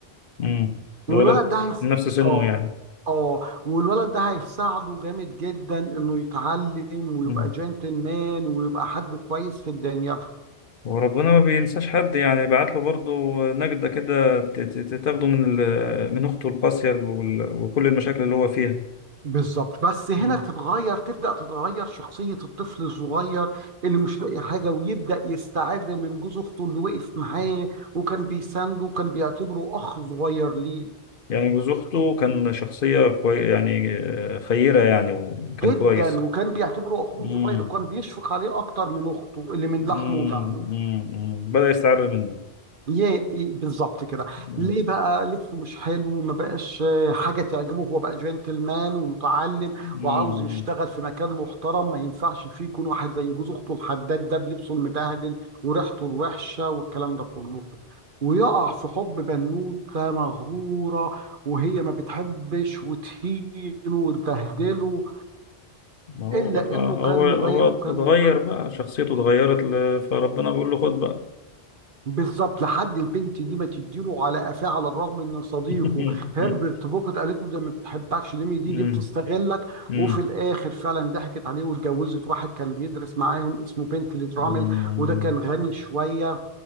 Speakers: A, on the left (about 60°); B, on the right (about 55°).
A: مم.
B: والولد
A: ولد
B: ده هيس...
A: نفس سنه
B: اه
A: يعني
B: اه والولد ده هيساعده جامد جدا انه يتعلم ويبقى
A: مم.
B: جنتلمان ويبقى حد كويس في الدنيا
A: وربنا ما بينساش حد يعني بعت له برضه نجدة كده ت- ت- ت- تاخده من ال- من أخته القاسية وال- وكل المشاكل اللي هو فيها
B: بالظبط بس هنا
A: مم.
B: تتغير تبدأ تتغير شخصية الطفل الصغير اللي مش لاقي حاجة ويبدأ يستعر من جوز أخته اللي وقف معاه وكان بيسانده وكان بيعتبره أخ صغير ليه
A: يعني جوز أخته كان شخصية كوي يعني آه، خيرة يعني وكان
B: جدا
A: كويس
B: وكان بيعتبره أخوه
A: مم.
B: صغير وكان بيشفق عليه أكتر من أخته اللي من
A: مم.
B: لحمه ودمه
A: مم. مم. بدأ يستعر منه
B: يه يه- بالظبط كده
A: مم.
B: ليه بقى لبسه مش حلو ما بقاش آه، حاجه تعجبه هو بقى جنتلمان ومتعلم
A: مم.
B: وعاوز يشتغل في مكان محترم ما ينفعش فيه يكون واحد زي جوز اخته الحداد ده بلبسه المبهدل وريحته الوحشه والكلام ده كله ويقع في حب بنوته مغروره وهي ما بتحبش وتهينه وتبهدله
A: ما هو
B: الا
A: بقى
B: انه كان
A: هو
B: مغيب
A: هو اتغير
B: وكان مت-
A: بقى شخصيته اتغيرت ل- فربنا بيقول له خد بقى
B: بالظبط لحد البنت دي ما تديله على قفاه على الرغم ان صديقه
A: <laughs>
B: هربرت بوكت قالت له ده ما بتحبكش دي دي
A: مم.
B: دي بتستغلك
A: مم.
B: وفي الاخر فعلا ضحكت عليه واتجوزت واحد كان بيدرس معاهم اسمه بنتلي درامل
A: مم.
B: وده كان غني شويه